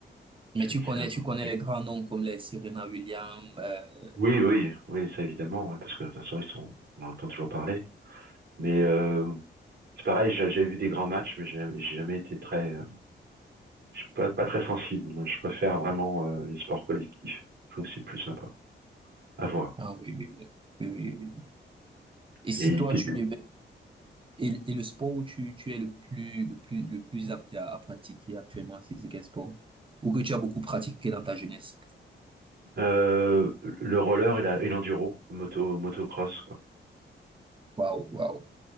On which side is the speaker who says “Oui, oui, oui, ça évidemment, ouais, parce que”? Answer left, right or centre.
Right